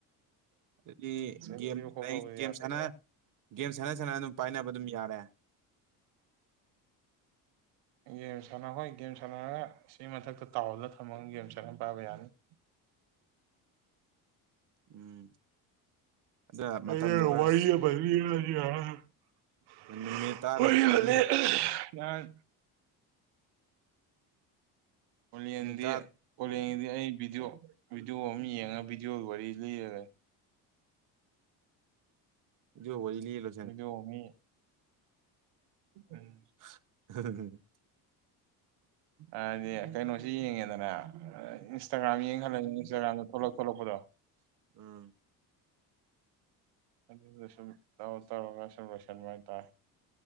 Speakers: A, on the right; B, on the right.
A: ꯑꯗꯨꯗꯤ
B: ꯆꯤꯟ
A: ꯒꯦꯝ
B: ꯊꯤꯕ ꯈꯣꯠꯄꯕꯨꯗꯤ
A: ꯒꯦꯝ
B: ꯌꯥꯗꯦꯀꯣ
A: ꯁꯥꯟꯅ ꯒꯦꯝ ꯁꯥꯟꯅ ꯁꯥꯟꯅ ꯑꯗꯨꯝ ꯄꯥꯏꯅꯕ ꯑꯗꯨꯝ ꯌꯥꯔꯦ
B: ꯒꯦꯝ ꯁꯥꯟꯅ ꯍꯣꯏ ꯒꯦꯝ ꯁꯥꯟꯅꯔꯒ ꯁꯤ ꯃꯊꯛꯇ ꯇꯥꯎꯗ ꯊꯝꯃꯒ ꯒꯦꯝ ꯆꯪꯉ ꯄꯥꯢꯕ ꯌꯥꯔꯦ
A: ꯎꯝ ꯑꯗꯨꯅ ꯃꯇꯝꯗꯣ
B: ꯑꯩꯅ
A: ꯈꯔ
B: ꯋꯥꯔꯤ ꯑꯃ ꯂꯤꯔꯖꯤꯔꯥꯅ <inaudible> <inaudible>
A: ꯅꯨꯃꯤꯠ ꯇꯔꯥꯗꯣ ꯃꯤꯠ
B: ꯑꯣꯂꯦꯟꯗꯤ
A: ꯃꯤꯅꯤꯠ ꯇꯔꯥꯗꯨ
B: ꯑꯣꯂꯦꯟꯒꯤꯗꯤ ꯑꯩ ꯚꯤꯗꯤꯑꯣ ꯚꯤꯗꯤꯑꯣ ꯑꯃ ꯌꯦꯡꯉ ꯚꯤꯗꯤꯑꯣꯒꯤ ꯋꯥꯔꯤ ꯂꯤꯔ ꯂꯩ
A: ꯚꯤꯗꯤꯑꯣ ꯋꯥꯔꯤ ꯂꯤꯔ
B: ꯕꯤꯗꯤꯑꯣ ꯃꯤ ꯎꯝ
A: <inaudible>
B: ꯍꯥꯏꯗꯤ ꯀꯩꯅꯣꯁꯤ ꯌꯦꯡꯉꯦꯗꯅ ꯑ ꯏꯟꯁꯇꯥꯒ꯭ꯔꯥꯝ ꯌꯦꯡꯉꯂꯩ ꯏꯟꯁꯇꯥꯒ꯭ꯔꯥꯝꯗ ꯊꯣꯛꯂꯛ ꯊꯣꯛꯂꯛꯄꯗꯣ꯫
A: ꯎꯝ
B: ꯑꯗꯨꯒ ꯁꯨꯝ ꯇꯧꯔ ꯇꯧꯔꯒ ꯁꯨꯝ ꯂꯣꯏꯁꯟꯕ ꯍꯥꯏꯇꯥꯔꯦ꯫